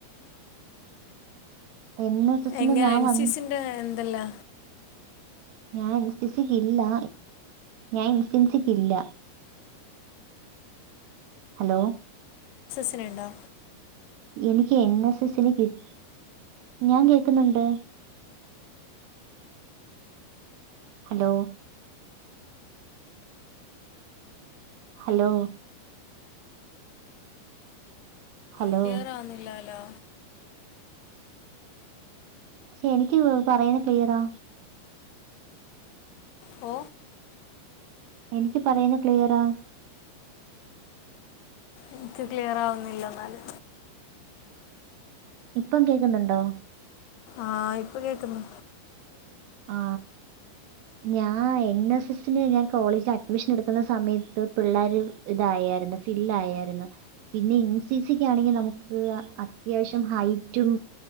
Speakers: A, on the right (about 80°); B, on the left (about 80°).
A: N S എസിന്
B: എങ്ങനെ
A: ഞാൻ
B: എൻ
A: വന്ന്
B: സി സി ന്റെ എന്തല്ലാ
A: ഞാൻ ൻ സി സി ക്കില്ല ഞാൻ ൻ സി സിക്ക് ഇല്ല ഹലോ
B: സിന്ണ്ടോ
A: എനിക്ക് എൻ എസ് എസ് സിനി കിട് ഞാൻ കേ ക്കുന്നുണ്ട് ഹലോ ഹലോ ഹലോ
B: ക്ലിയറാകുന്നില്ലേലൊ
A: പക്ഷെ എനിക്ക് പറയുന്ന ക്ലിയറാ
B: ഓ
A: എനിക്ക് പറയുന്ന ക്ലിയറാ
B: എനിക്ക് ക്ലിയർ ആവുന്നില്ല എന്നാല്
A: ഇപ്പം കേക്കുന്നുണ്ടോ
B: ആഹ ഇപ്പൊ കേക്കുന്നു
A: ആ ഞാൻ എൻ എസ് എസിന് ഞാൻ കോളേജിൽ അഡ്മിഷൻ എടുക്കുന്ന സമയത്ത് പിള്ളേര് ഇതായാരുന്നു ഫില്ലായാരുന്നു പിന്നെ എൻ സി സിക്ക് ആണെങ്കിൽ നമുക്ക് അത്യാവശ്യം ഹൈറ്റും